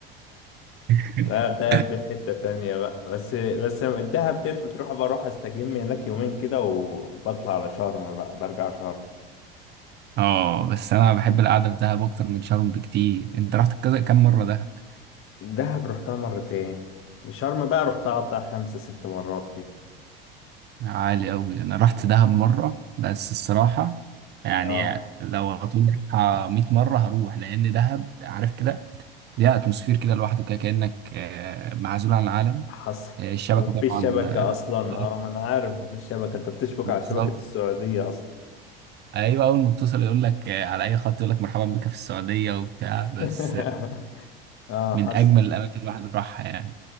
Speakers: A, on the right; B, on the left.
A: <laughs>
B: لا دهب دي حتة تانية بقى بس بس الدهب ديت بتروح بروح استجم هناك يومين كده وبطلع على شرم بقى برجع شرم
A: اه بس انا بحب القعده في دهب اكتر من شرم بكتير انت رحت كذا كام مره دهب
B: دهب رحتها مرتين شرم بقى رحتها بتاع خمسة ست مرات كده
A: عالي قوي انا رحت دهب مره بس الصراحه يعني
B: اه
A: لو هطول 100 مره هروح لان دهب عارف كده ليها اتموسفير كده لوحده كده كانك آه، معزول عن العالم
B: حصل
A: آه، الشبكة
B: ومفيش
A: طبعا
B: شبكة أصلا
A: آه،
B: اه ما أنا عارف مفيش شبكة أنت بتشبك
A: بالظبط
B: على شبكة السعودية أصلا
A: ايوه اول ما بتوصل يقول لك آه، على اي خط يقول لك مرحبا بك في السعوديه وبتاع بس
B: <laughs>
A: آه،
B: اه
A: من
B: حصل
A: اجمل الاماكن اللي الواحد راحها يعني